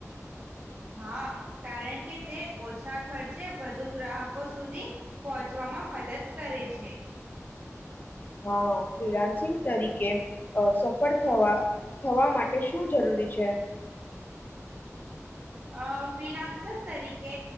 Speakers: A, on the right; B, on the left.
A: હા કારણ કે તે ઓછા ખર્ચે વધુ ગ્રાહકો સુધી પહોંચવામાં મદદ કરે છે.
B: હા ફિલાન્સિંગ તરીકે અ સફળ થવા થવા માટે શું જરૂરી છે.
A: અ ફ્રીલાન્સર તરીકે